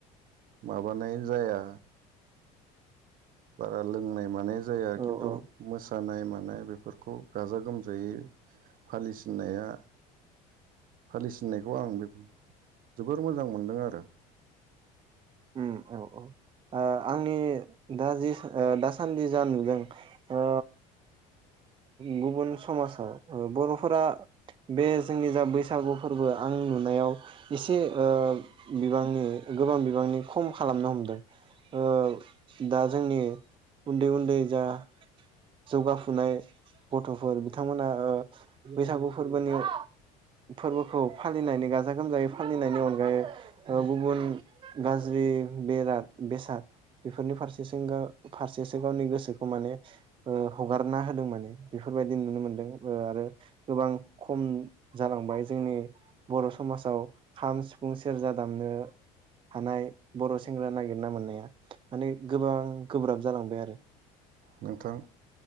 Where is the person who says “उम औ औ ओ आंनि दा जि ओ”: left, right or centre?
Right